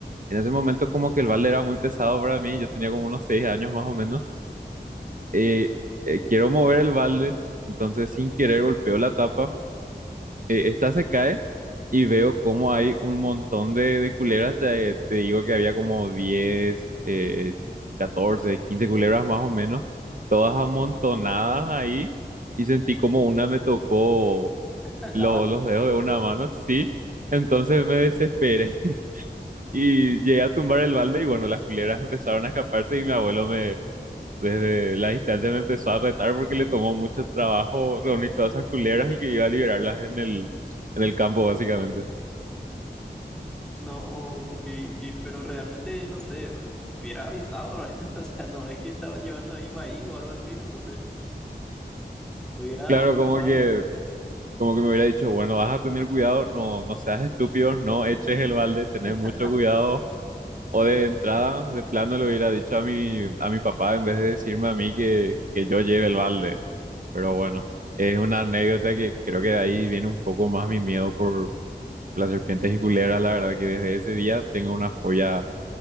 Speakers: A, on the right; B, in the centre.
A: en ese momento como que el balde era muy pesado para mí, yo tenía como unos seis años más o menos. Eh, eh, quiero mover el balde, entonces sin querer golpeó la tapa eh, esta se cae y veo como hay un montón de, de culebras. Te, te digo que había como 10 eh, 14 15 culebras más o menos, todas amontonadas ahí. Y sentí como una me tocó
B: en
A: lo-
B: la mano.
A: los dedos de una mano, sí. Entonces me desesperé <laughs> y llegué a tumbar el balde y bueno, las culebras empezaron a escaparse y mi abuelo me, desde la distancia me empezó a retar porque le tomó mucho trabajo reunir todas esas culebras y que iba a liberarlas en el, en el campo, básicamente.
B: No, que, que, pero realmente no sé, hubiera avisado, <laughs> o sea, no es que estaba llevando ahí maíz o algo así, entonces hubiera
A: Claro,
B: avisado.
A: como que, como que me hubiera dicho, bueno, vas a tener cuidado, no, no seas estúpido, no eches el balde, tenés
B: <laughs>
A: mucho cuidado. O de
B: Sí.
A: entrada, de plano le hubiera dicho a mi, a mi papá en vez de decirme a mí que, que yo lleve el balde. Pero bueno, es una anécdota que creo que de ahí viene un poco más mi miedo por las serpientes y culebras. La verdad que desde ese día tengo una fobia